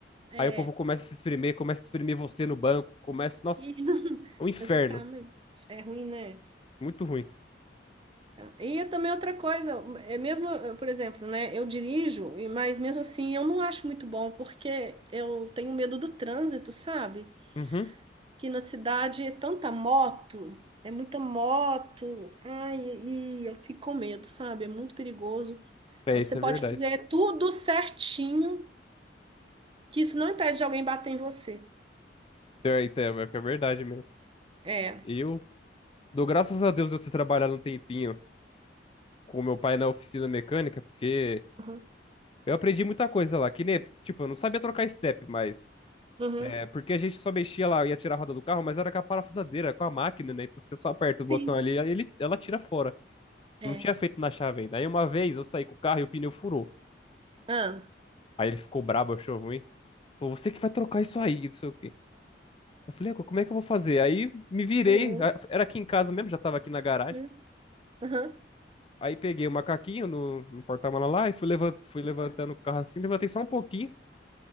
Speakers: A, on the right; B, on the left.
A: É.
B: aí o povo começa a se espremer, começa a espremer você no banco, começa. Nossa,
A: E- <laughs>
B: é um inferno.
A: Exatamente. É ruim, né?
B: Muito ruim.
A: E também outra coisa, é mesmo, eh, por exemplo, né, eu dirijo, e- mas mesmo assim eu não acho muito bom, porque eu tenho medo do trânsito, sabe?
B: Uhum.
A: Que na cidade é tanta moto, é muita moto, ai, e e eu fico com medo, sabe? É muito perigoso.
B: É,
A: Você
B: isso
A: pode
B: é verdade.
A: fazer tudo certinho, que isso não impede de alguém bater em você.
B: É, então, é que é verdade mesmo.
A: É.
B: Eu dou graças a Deus eu ter trabalhado um tempinho com meu pai na oficina mecânica, porque
A: Uhum.
B: eu aprendi muita coisa lá, que nem, tipo, eu não sabia trocar step, mas.
A: Uhum.
B: É, porque a gente só mexia lá, ia tirar a roda do carro, mas era com a parafusadeira, com a máquina, né? Então você só aperta o botão
A: Sim.
B: ali, aí ele, ela tira fora.
A: É.
B: Não tinha feito na chave ainda. Aí uma vez eu saí com o carro e o pneu furou.
A: Ah.
B: Aí ele ficou brabo, achou ruim. Falou, você que vai trocar isso aí, não sei o quê. Eu falei, "Agora, como é que eu vou fazer? Aí me virei,
A: Uhum.
B: a- era aqui em casa mesmo, já tava aqui na garagem.
A: Uhum. Uhum.
B: Aí peguei o macaquinho no, no porta-mala lá e fui, levant, fui levantando o carro assim, levantei só um pouquinho.